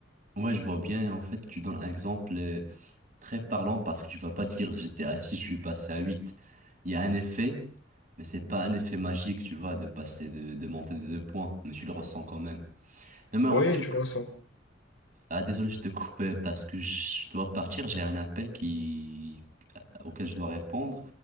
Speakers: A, on the right (about 45°); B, on the left (about 85°).
A: Ouais, je vois bien. En fait, tu donnes un exemple euh, très parlant parce que tu vas pas dire j'étais à 6 je suis passé à huit Il y a un effet, mais c'est pas un effet magique, tu vois, de passer de, de monter de deux points, mais tu le ressens quand même. Non, mais en
B: Oui,
A: tout
B: tu
A: cas,
B: le ressens.
A: ah, désolé, je te coupe euh, parce que je dois partir, j'ai un appel qui... auquel je dois répondre.